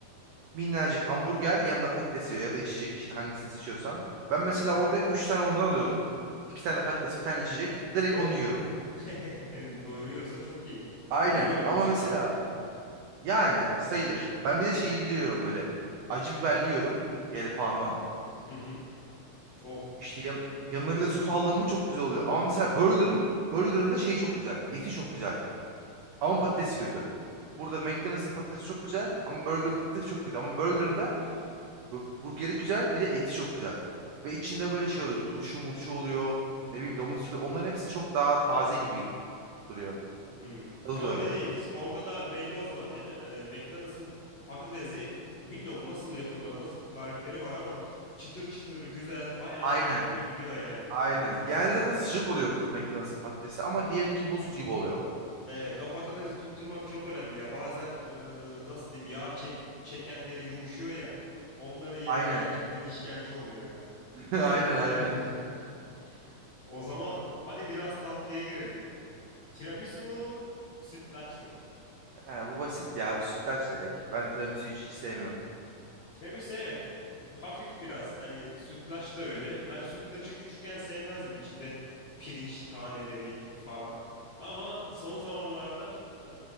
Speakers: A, on the right (about 80°); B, on the left (about 55°).
A: Minnacık hamburger yanında patates yiyor ya da içecek işte hangisini seçiyorsan. Ben mesela
B: Hı hı.
A: orada 3 tane ondan alıyorum. iki tane patates, bir tane içecek. Direkt
B: Oh.
A: onu yiyorum.
B: <laughs> Doyuruyorsa çok iyi.
A: Aynen
B: Doyuruyordur
A: ama
B: 3
A: mesela
B: tane zaten.
A: yani sayılır. Ben bir de şey yiyorum böyle. Acı biberli yiyorum. Yelpano.
B: Hı hı. Oh.
A: İşte yan, yanına bir de sos aldığım mı çok güzel oluyor. Ama mesela burgerın burgerın da şeyi çok güzel. Eti çok güzel. Ama patatesi
B: Hmm.
A: kötü. Burada McDonald's'ın patatesi çok güzel ama burgerın patatesi çok kötü. Ama burgerın da Bu- Burgeri güzel bir de eti çok güzel. Ve içinde böyle şey oluyor. Turşu murşu oluyor. Ne bileyim domates oluyor. Onların hepsi çok daha taze gibi duruyor.
B: Hmm.
A: Tadı
B: Ama
A: da öyle.
B: dedi orada da belli o zaman değil mi? Hani McDonald's'ın patatesi bilmiyorum nasıl yapıyorlar, nasıl bir tarifleri var ama çıtır çıtır güzel bayağı
A: Aynen.
B: bir akıyor gidiyor yani
A: Aynen.
B: patatesi
A: Genelde
B: McDonald's.
A: zaten sıcak oluyor McDonald's'ın patatesi ama diğerinki buz gibi oluyor.
B: Evet, o patatesi tutturmak çok önemli ya. Bazen e, nasıl diyeyim yağ çek, çekenleri yumuşuyor ya. Onları yemek
A: Aynen.
B: gerçekten işkence oluyor ya.
A: <laughs> Aynen aynen.
B: <laughs> O zaman hadi biraz tatlıya girelim. Tiramisu mu, sütlaç mı?
A: He, bu basit ya. Bu sütlaç direkt. Ben tiramisu hiç, hiç sevmiyorum.
B: Tiramisu evet, e, hafif biraz. Hani sütlaç da öyle. Ben sütlaçı küçükken sevmezdim içinde pirinç taneleri falan. Ama son zamanlarda e,